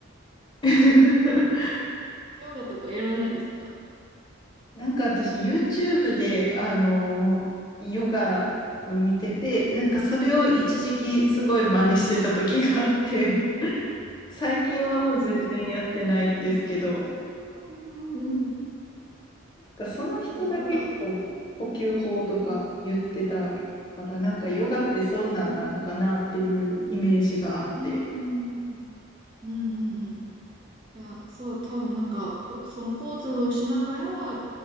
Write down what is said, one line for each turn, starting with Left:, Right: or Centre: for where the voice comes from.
Left: <laughs>
Right: ヨガとかやらないんですか
Left: なんか私、YouTube で、あの、ヨガを見てて、なんかそれを一時期すごい真似してた時があって、最近はもう全然やってないんですけど、
Right: そうなんですね。うんうんうん。い
Left: なんかその人が結構呼吸法とか言ってたから、
Right: やね、ヨガ。うん。
Left: なんかヨガってそんなんなのかなっていうイメージがあって。
Right: あ、うん。うんうんうんうん。いや、そう、多分なんか、こ、そのポーズをしながら、